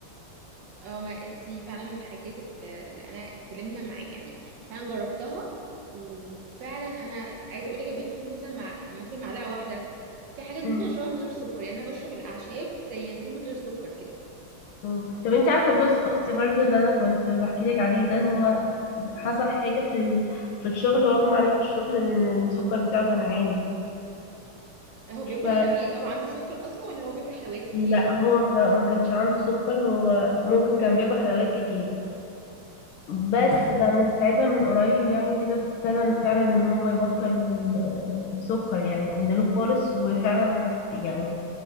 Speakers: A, on the right (about 65°); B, on the left (about 75°).
A: اه ما دي فعلا من الحاجات اللي اللي انا اتكلمنا معاه يعني فعلا جربتها وفعلا انا عايزه اقول لك بقيت باخد مثلا مع ممكن معلقه واحده في حاجات ممكن
B: امم
A: اشربها من غير سكر يعني انا بشرب الاعشاب زي ينسون من غير سكر كده
B: مم. طب انت عارفة جوز اختي برضو اللي انا كنت بحكي لك عليه ده هو حصل حاجة في ال... في الشغل واغمى عليه في الشغل لان السكر بتاعه كان عالي
A: هو بياكل
B: ف
A: حلويات او عنده سكر اصلا ولا هو بياكل حلويات كتير
B: لا هو ما كان- ما كانش عنده سكر هو ممكن كان بياكل حلويات كتير بس بقى من ساعتها من قريب يعني كده ابتدى فعلا ان هو يبطل ال- السكر يعني قلله خالص وفعلا حس يعني